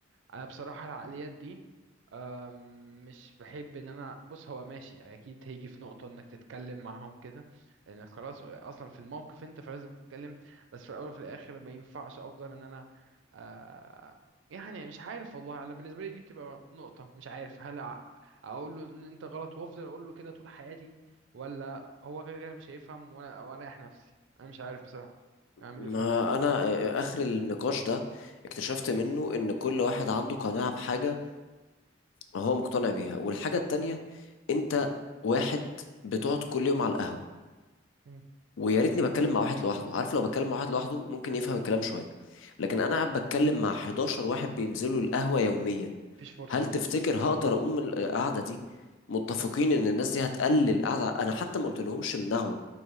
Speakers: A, on the right; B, on the left.
A: انا بصراحه العقليات دي أم، مش بحب ان انا بص هو ماشي اكيد هيجي في نقطه انك تتكلم معاهم كده لان خلاص اصلا في الموقف انت فلازم تتكلم بس في الاول وفي الاخر ما ينفعش افضل ان انا أه، يعني مش عارف والله انا بالنسبه لي دي بتبقى نقطه مش عارف هل أ- اقول له ان انت غلط وافضل اقول له كده طول حياتي ولا هو كده كده مش هيفهم ولا واريح نفسي انا مش عارف بصراحه اعمل
B: ما
A: ايه في حاجه زي كده
B: انا آه، اخر النقاش ده اكتشفت منه ان كل واحد عنده قناعة بحاجة هو مقتنع بيها والحاجة التانية انت واحد بتقعد كل يوم على القهوة
A: مم.
B: ويا ريتني بتكلم مع واحد لوحده عارف لو بتكلم مع واحد لوحده ممكن يفهم الكلام شوية لكن
A: مم.
B: انا قاعد بتكلم مع 11 واحد بينزلوا القهوة يوميا
A: مفيش فرصه
B: هل تفتكر هقدر اقوم من القعدة دي متفقين ان الناس دي هتقلل القعدة انا حتى ما قلتلهمش امنعوا